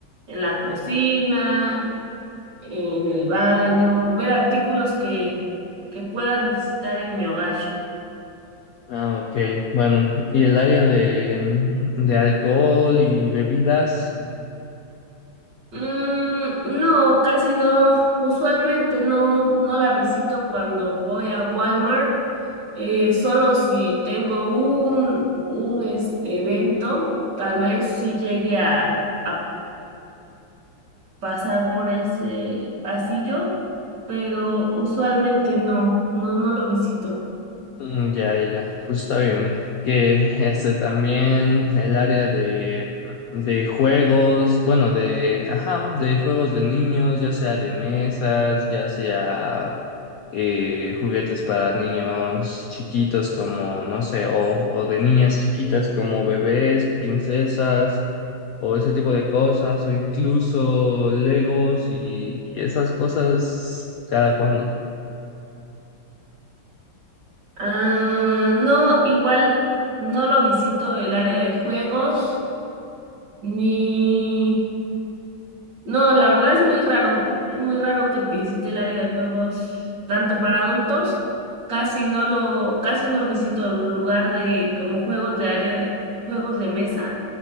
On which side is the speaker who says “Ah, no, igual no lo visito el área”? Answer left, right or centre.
Right